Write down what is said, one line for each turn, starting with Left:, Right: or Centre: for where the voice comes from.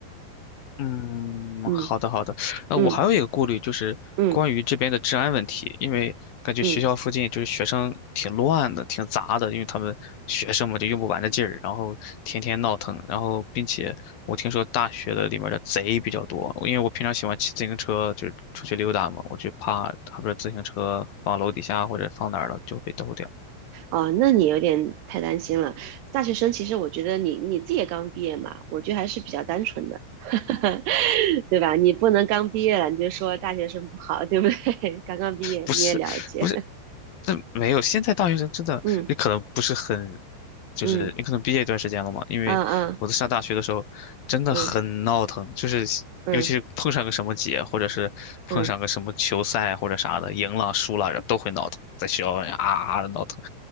Left: 嗯，
Right: 嗯
Left: 好的好的。那我还有一个顾虑就是关于这边的治安问题，
Right: 嗯嗯
Left: 因为感觉学校附近就是学生挺乱的，
Right: 嗯。
Left: 挺杂的，因为他们学生嘛就用不完的劲儿，然后天天闹腾，然后并且我听说大学的里面的贼比较多，因为我平常喜欢骑自行车，就是出去溜达嘛，我就怕他不是自行车放楼底下或者放哪儿了就被偷掉。
Right: 哦，那你有点太担心了。大学生其实我觉得你你自己也刚毕业嘛，我觉得还是比较单纯的，<laughs> 对吧？你不能刚毕业了你就说大学生不好，对不对？<laughs> 刚刚毕业你也了解，
Left: 不是不是，那没有，现在大学生真的，
Right: <laughs> 嗯
Left: 你可能不是很，就是你可能毕业一段时间了嘛。
Right: 嗯
Left: 因为我在上大学的时候，
Right: 嗯嗯
Left: 真的很闹腾，
Right: 嗯
Left: 就是尤其是碰上个什么节，
Right: 嗯
Left: 或者是碰上个什么球赛或者啥的，
Right: 嗯嗯。嗯
Left: 赢了输了，然后都会闹腾，在学校里啊啊的闹腾。